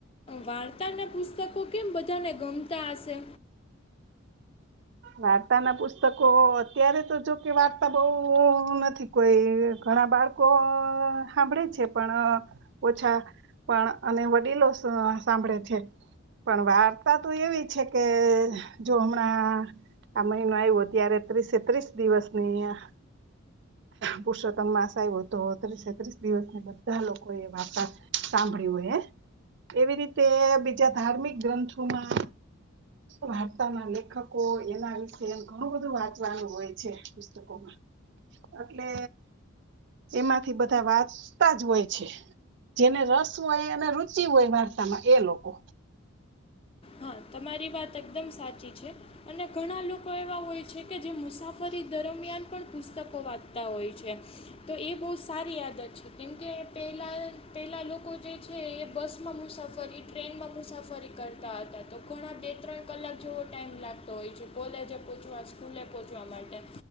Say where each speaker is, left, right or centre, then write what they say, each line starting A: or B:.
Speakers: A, on the left; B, on the right.
A: વાર્તા ના પુસ્તકો કેમ બધાને ગમતા હશે
B: વાર્તા ના પુસ્તકો અત્યારે તો જો કે વાર્તા બહ નથી કોઈ ઘણા બાળકો સાંભળે છે પણ ઓછા પણ અને વડીલો સાંભળે છે પણ વાર્તા તો એવી છે કે જો હમણાં આ મહિનો આવ્યો ત્યારે ત્રીસે ત્રીસ દિવસ ની અહં પુરુષોત્તમ માસ આવ તો ત્રીસે ત્રીસ દિવસની બધા લોકો એ વાર્તા સાંભળી હોય એવી રીતે બીજા ધાર્મિક ગ્રંથોમાં વાર્તાના લેખકો એના વિશે ઘણું બધું વાંચવાનું હોય છે પુસ્તકોમાં એટલે એમાંથી બધા વાર્તા જ હોય છે જેને રસ હોય અને રુચિ હોય વાર્તામાં એ લોકો
A: હા તમારી વાત એકદમ સાચી છે અને ઘણા લોકો એવા હોય છે કે જે મુસાફરી દરમિયાન પણ પુસ્તકો વાંચતા હોય છે તો એ બહુ સારી આદત છે કેમકે પહેલાં પહેલાં લોકો જે છે એ બસમાં મુસાફરી ટ્રેનમાં મુસાફરી કરતા હતા તો ઘણા બે ત્રણ કલાક જેવો ટાઈમ લાગતો હોય છે કોલેજે પહોંચવા સ્કૂલે પહોંચવા માટે